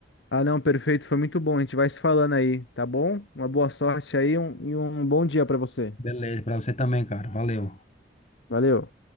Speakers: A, on the left; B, on the left.
A: Ah, não, perfeito, foi muito bom. A gente vai se falando aí, tá bom? Uma boa sorte aí um- e um bom dia pra você.
B: Beleza, pra você também, cara. Valeu.
A: Valeu.